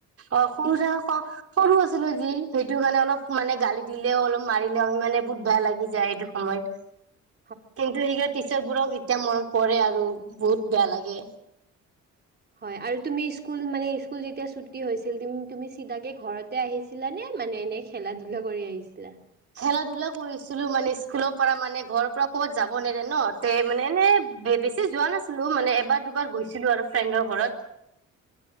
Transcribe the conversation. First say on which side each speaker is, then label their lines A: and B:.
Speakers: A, on the right; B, on the right.
A: অ', সৰুতে
B: ইত-
A: আকৌ সৰু আছিলোঁ যি সেইটো কাৰণে অলপ মানে গালি দিলেও অলপ মাৰিলেও আৰু মানে বহুত বেয়া লাগি যায় সেইটো সময়ত।
B: উম
A: কিন্তু সেইবোৰ টিচাৰবোৰক এতিয়া মনত পৰে আৰু বহুত বেয়া লাগে।
B: হয়, আৰু তুমি ইস্কুল মানে ইস্কুল যেতিয়া ছুটী হৈছিল তুমি-তুমি চিধাকে ঘৰত তে আহিছিলানে মানে এনেই খেলা ধূলা কৰি আহিছিলা?
A: খেলা ধূলা কৰিছিলোঁ মানে ইস্কুলৰ পৰা মানে ঘৰৰ পৰা কৰ'বাত যাব নেদে ন' তে মানে এনে বে-বেছি যোৱা নাছিলোঁ মানে এবাৰ, দুবাৰ গৈছিলোঁ আৰু ফ্ৰেণ্ডৰ ঘৰত।